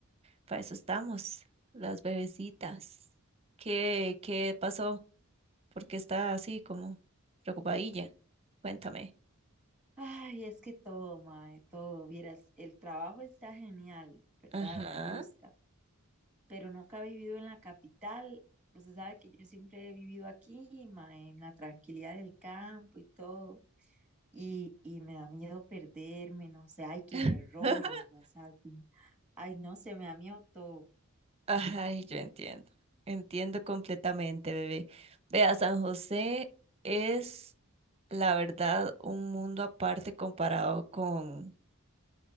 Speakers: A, on the right (about 25°); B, in the centre.
A: Para eso estamos, las bebecitas. ¿Qué, qué pasó? ¿Por qué está así como preocupadilla? Cuéntame.
B: Ay, es que todo, mae, todo. Vieras, el trabajo está genial, ¿verdad?
A: Ajá.
B: Me gusta. Pero nunca he vivido en la capital. Usted sabe que yo siempre he vivido aquí, mae, en la tranquilidad del campo y todo. Y, y me da miedo perderme, no sé, ay, que
A: <laughs>
B: me roben, me asalten. Ay, no sé, me da miedo todo.
A: Ay, yo entiendo. Entiendo completamente, bebé. Vea, San José es, la verdad, un mundo aparte comparado con,